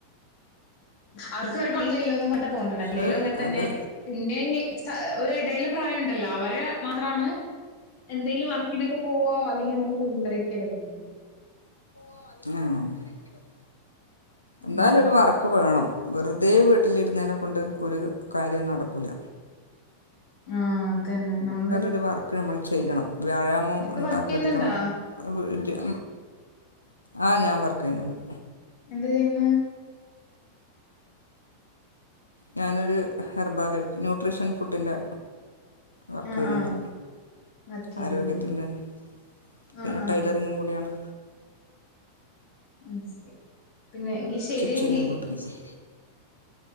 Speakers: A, on the left; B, on the left.
A: അവർക്കു വേറെ പണി ഇല്ലല്ലോന്നും പറഞ്ഞു രാ തോണ്ടുന്നേ
B: പക്ഷെ
A: പിള്ളേരും അങ്ങനെ തന്നെ
B: അത്
A: <unintelligible> ഇടയിൽ പ്രായമുണ്ടല്ലോ അവര് മാത്രം ആണ് എന്തെങ്കിലും വർക്ക്‌ നൊക്കെ പോകുവോ അല്ലെങ്കിൽ <unintelligible>
B: അതാ എന്തായാലും
A: ആഹ്.
B: ഒരു വർക്ക്‌ വേണം വെറുത- റുതെ വീട്ടിൽ ഇരുന്നേനെ കൊണ്ട് ഒരു കാര്യോം നടക്കൂല
A: ആ തന്നെ നമ്മള്
B: ഒരു വർക്ക് നമ്മൾ ചെയ്യണം വ്യായാമവും
A: ഇപ്പൊ
B: ഉണ്ടാക്കി
A: വർക്ക് ചെയ്യുന്നുണ്ടാ?
B: എടുക്കണം അതും വീട്ടി- ആ ഞാൻ വർക്ക്‌ ചെയുന്നുണ്ട്
A: എന്ത് ചെയുന്നു
B: ഞാൻ ഒരു ഹെർബാറിൽ ന്യൂട്രിഷൻ ഫുഡ്‌ ന്റെ വർക്ക്‌
A: ആഹ്
B: ചെയുന്നുണ്ട്
A: ആഹ് വർക്ക് ചെയ്യുന്നുണ്ട്.
B: ആരോഗ്യത്തിന്റെ തന്നെ, പിന്നെ
A: ആഹ് ആഹ്
B: ടൈയിലറിങ് കൂടി ആണ്.
A: ഐ സെ പിന്നെ എങ്കി ശെരി
B: സ്റ്റിച്ച്
A: എങ്കി
B: ചെയ്യും വീട്ടിൽ നിന്ന്